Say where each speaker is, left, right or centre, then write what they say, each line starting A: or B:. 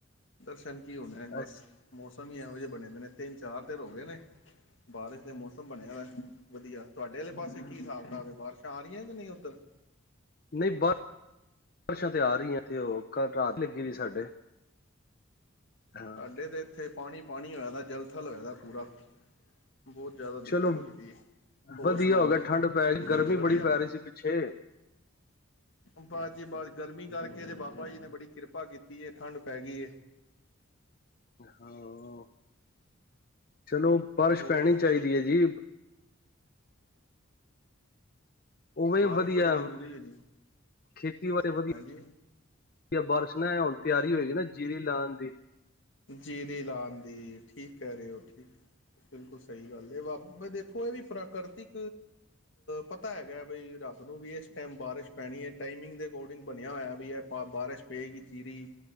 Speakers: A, on the left; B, on the left.
A: ਦਰਸ਼ਨ ਕੀ ਹੋਨ ਬਸ
B: ਅੱਛਾ
A: ਮੌਸਮ ਹੀ ਇਹੋ ਜਿਹੇ ਬਣੇ ਹੋ ਨੇ ਤਿੰਨ ਚਾਰ ਦੇਰ ਹੋ ਗਏ ਨੇ ਬਾਰਿਸ਼ ਦੇ ਮੌਸਮ ਬਣਿਆ ਦਾ ਵਧੀਆ ਤੁਹਾਡੇ ਵਾਲੇ ਪਾਸੇ ਕੀ ਹਿਸਾਬ ਕਤਾਾਬ ਹੈ ਬਾਰਿਸ਼ਾਂ ਆ ਰਹੀਆਂ ਕਿ ਨਹੀਂ ਉੱਧਰ।
B: ਨਹੀਂ ਬਾਰ ਬਾਰਸ਼ਾਂ ਤੇ ਆ ਰਹੀਆਂ ਉਹ ਕਲ ਰਾਤ ਦੀ ਲੱਗੀ ਵਦੀ ਸਾਡੇ। ਹਾਂ
A: ਸਾਡੇ ਤੇ ਇੱਥੇ ਪਾਣੀ ਪਾਣੀ ਹੋਇਆਦਾ ਜਲਥਲ ਹੋਇਆ ਦਾ ਪੂਰਾ ਬਹੁਤ ਜ਼ਿਆਦਾ ਦਿੱਕਤ
B: ਚਲੋ
A: ਹੋਈ ਦੀ ਏ ਹੋਰ
B: ਵਧੀਆ
A: ਸੁਣਾਓ
B: ਹੋ ਗਿਆ ਠੰਡ ਪੈ ਗਈ ਗਰਮੀ
A: ਵਧੀਆ
B: ਬੜੀ ਪੈ ਰਹੀ ਸੀ ਪਿੱਛੇ
A: ਬਾਬਾ ਜੀ ਬਾਤ ਗਰਮੀ ਕਰਕੇ ਤੇ ਬਾਬਾ ਜੀ ਨੇ ਬੜੀ ਕਿਰਪਾ ਕੀਤੀ ਹ ਠੰਡ ਪੈ ਗਈ
B: ਹਾਂ ਚਲੋ ਬਾਰਸ਼
A: ਹੋਰ
B: ਪੈਣੀ ਚਾਹੀਦੀ ਹੈ ਜੀ ਉਵੇਂ
A: ਬਾਰਿਸ਼
B: ਵਧੀਆ
A: ਬੜੀ ਜ਼ਰੂਰੀ ਹੈ ਜੀ,
B: ਖੇਤੀ ਵਾਸਤੇ ਵਧੀਆ
A: ਹਾਂਜੀ
B: ਬਾਰਿਸ਼ ਨਾ ਹੁਣ ਤਿਆਰੀ ਹੋਏਗੀ ਨਾ ਜੀਰੀ ਲਾਉਣ ਦੀ।
A: ਜੀਰੀ ਲਾਨ ਦੀ, ਠੀਕ ਕਹਿ ਰੇ ਹੋ ਠੀਕ। ਬਿਲਕੁਲ ਸਹੀ ਗੱਲ ਹੈ ਵਾ ਦੇਖੋ ਇਹ ਵੀ ਪ੍ਰਾਕ੍ਰਤਿਕ ਪਤਾ ਹੈਗਾ ਬਈ ਰੱਬ ਨੂੰ ਵੀ ਇਸ ਟਾਈਮ ਬਾਰਿਸ਼ ਪੈਣੀ ਹੈ ਟਾਈਮਿੰਗ ਦੇ ਅਕੋਡਿੰਗ ਬਣਿਆ ਹੋਇਆ ਵੀ ਇਹ ਬਾਰਿਸ਼ ਪਏਗੀ ਜੀਰੀ